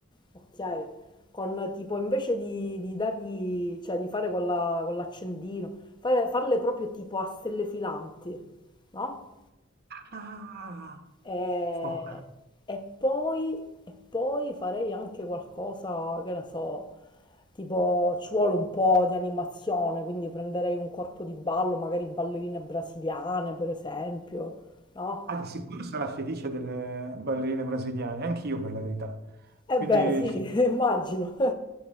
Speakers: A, on the left (about 20°); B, on the right (about 50°).
A: ok? Con tipo, invece di, di dargli, cioè di fare con la- con l'accendino, fare- farle proprio tipo a stelle filanti, no?
B: Ah,
A: E,
B: fuoco.
A: e poi, e poi farei anche qualcosa, che ne so, tipo ci vuole un po' di animazione, quindi prenderei un corpo di ballo, magari ballerine brasiliane per esempio, no?
B: Ah, di sicuro sarà felice delle ballerine brasiliane, anch'io per la verità.
A: E
B: Quindi
A: beh, sì,
B: sì,
A: <laughs> immagino. <laughs>